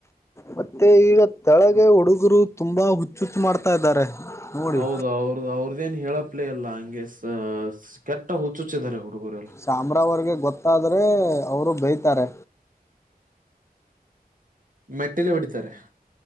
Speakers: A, on the left (about 15°); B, on the right (about 55°).
A: ಮತ್ತೆ ಈಗ ತಳಗೆ ಹುಡುಗರು ತುಂಬಾ ಹುಚ್ಚುುಚ್ಚು ಮಾಡ್ತಾ ಇದ್ದಾರೆ ನೋಡಿ
B: ಹೌದು ಅವ್ರದ ಅವ್ರದೇಏನ್ ಹೇಳಪ್ಲೇ ಅಲ್ಲಾ ಹಂಗೆ ಸಾ ಕೆಟ್ಟ ಹುಚ್ಚುಚಿಧರೆ ಹುಡುಗುರು ಎಲ್ಲಿ
A: ಕ್ಯಾಮ್ರಾವರ್ಗೆ ಗೊತ್ತಾದರೆ ಅವರು ಬಯತಾರೆ
B: ಮೆಟ್ಟಿಲೆ ಹೊಡಿತಾರೆ